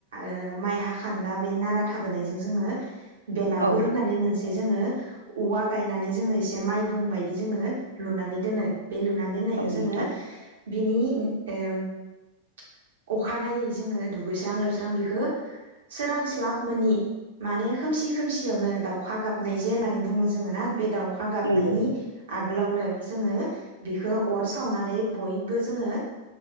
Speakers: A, on the right; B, on the right.
A: ओ माइ हाखान्दा बे नारा थाबोनायजों जोङो बेलागुर
B: औ
A: होननानै मोनसे जोङो औवा गायनानै जोङो एसे माइहुं बायदि जोङो लुनानै दोनो। बे लुनानै दोननायखौ
B: औ
A: जोङो
B: नोंथां
A: बिनि <unintelligible> ओम अखानायै जोङो दुगैस्रां लोबस्रां बेखो सोरांस्लाब मोनोनि माने खोमसि खोमसियावनो दाउ खा गाबनाय जे होननानै बुङो जोङो ना बे दाउ खा गाबनायनि
B: नंगौ
A: आगोलावनो जोङो बेखौ अर सावनानै बयबो जोङो